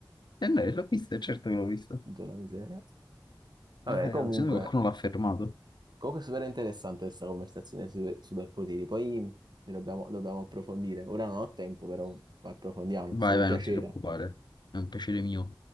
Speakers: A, on the left; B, on the right.
A: eh, no, l'ho visto, certo che l'ho visto.
B: Madonna miseria. Vabbè,
A: Eh,
B: comunque,
A: secondo me qualcuno l'ha fermato.
B: comunque è super interessante questa conversazione sui superpoteri. Poi lo dobbiamo, lo dobbiamo approfondire. Ora non ho tempo, però approfondiamo.
A: Vai,
B: Sarà un
A: vai,
B: piacere.
A: non ti preoccupare, è un piacere mio.